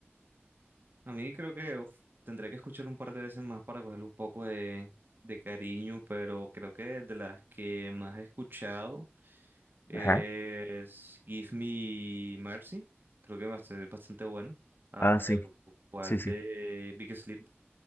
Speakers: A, on the right (about 55°); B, on the left (about 55°).
A: A mí creo que uf, tendré que escuchar un par de veces más para cogerle un poco de, de cariño, pero creo que de las que más he escuchado es
B: Ajá.
A: Give Me Mercy, creo que es bastante bastante bueno, al
B: Ah, sí,
A: igual
B: sí, sí,
A: de Big Sleep,